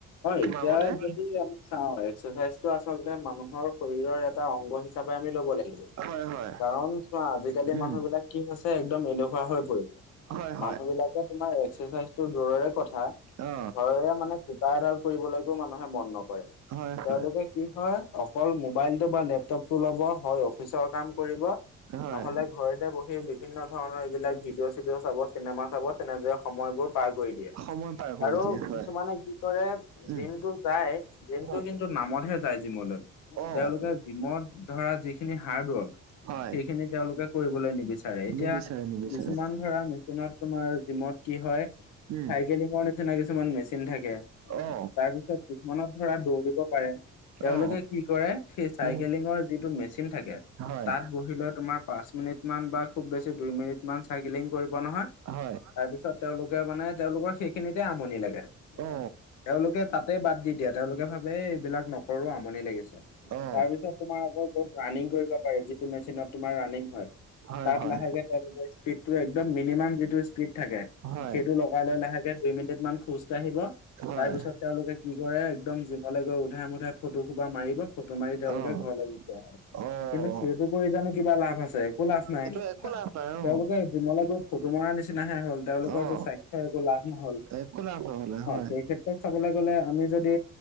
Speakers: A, on the left; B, on the right.
A: এতিয়া
B: তোমাৰ মতে?
A: যদি আমি অ'! এক্সাৰচাইজটো আচলতে, মানুহৰ শৰীৰৰ এটা অংগ হিচাপে, আমি ল'ব লাগিব।
B: হয় হয়
A: কাৰণ, চোৱা! আজিকালি
B: উম
A: মানুহ বিলাক কি হৈছে, একদম এলেহুৱা হৈ পৰিছে।
B: হয় হয়
A: মানুহ বিলাকে, তোমাৰ এক্সাৰচাইজটো দূৰৰে কথা,
B: অ
A: ঘৰেৰে মানে, কুটা এডাল কৰিবলৈকো মানুহে, মন নকৰে।
B: হয়
A: তেওঁলোকে,
B: হয়
A: কি হয়, অকল মোবাইলটো বা লেপটপটো ল'ব হয়, অফিচৰ কাম কৰিব।
B: হয়
A: নহ'লে, ঘৰতে বহি বিভিন্ন ধৰণৰ, এইবিলাক ভিডিঅ-চিডিঅ চাব, চিনেমা চাব। তেনেদৰে, সময়বোৰ পাৰ কৰি দিয়ে।
B: সময় পাৰ কৰি
A: আৰু
B: দিয়ে হয়
A: কিছুমানে, কি কৰে!
B: উম
A: জিমটো যায়, জিমটো
B: হয়
A: কিন্তু, নামতহে যায় জিমলৈ।
B: অ'!
A: তেওঁলোকে জিমত ধৰা, যিখিনি হাৰ্ডৱৰ্ক।
B: হয়
A: সেইখিনি, তেওঁলোকে কৰিবলৈ নিবিচাৰে। এতিয়া,
B: নিবিচাৰে নিবিচাৰে
A: কিছুমান ধৰা, মেচিনত তোমাৰ, জিমত কি হয়!
B: উম
A: চাইকেলিঙৰ তেনেকুৱা, কিছুমান মেচিন থাকে।
B: অ
A: তাৰপিছত, কিছুমানত ধৰা দৌৰিব পাৰে। তেওঁলোকে,
B: অ
A: কি কৰে! সেই, চাইকেলিঙৰ
B: উম
A: যিটো মেচিন থাকে,
B: হয়
A: তাত বহি লৈ তোমাৰ পাঁচ মিনিট মান বা খুউব বেছি, দুই মিনিট মান চাইকেলিং কৰিব নহয়।
B: হয়!
A: তাৰ পিছত, তেওঁলোকে মানে, তেওঁলোকৰ সেইখিনিতে আমনি লাগে।
B: অ
A: তেওঁলোকে, তাত তাতে বাদ দি দিয়ে। তেওঁলোকে ভাবে! এইবিলাক নকৰোঁ, আমনি লাগিছে।
B: অ
A: তাৰপিছত, তোমাৰ আকৌ ৰানিং কৰিব পাৰি। যিটো মেচিনত তোমাৰ, ৰানিং হয়।
B: হয়
A: তাত,
B: হয়
A: লাহেকে তেওঁলোকে, স্পীডটো একদম মিনিমাম যিটো স্পীড থাকে
B: হয়
A: সেইটো লগাই লৈ লাহেকে- দুই মিনিট মান খোজকাঢ়িব
B: হয়
A: তাৰ পিছত তেওঁলোকে- কি কৰে একদম যিমলে গৈ উধাই মুধাই ফটো সোপা মাৰিব ফটো মাৰি তেওঁলোকে
B: অ
A: ঘৰলৈ গুচি আহে।
B: অ',
A: কিন্তু, সেইবোৰ কৰি জানো কিবা লাভ আছে একো লাভ নাই
B: সেইটো একো লাভ নাই অ',
A: তেওঁলোকে- জীম লে গৈ ফটো মৰা নিচিনাহে হল তেওঁলোকৰটো
B: অ',
A: স্বাস্থ্যৰ একো লাভ নহল।
B: একো লাভ নহ'লে হয়।
A: ফেতপেক চাবলে গ'লে আমি যদি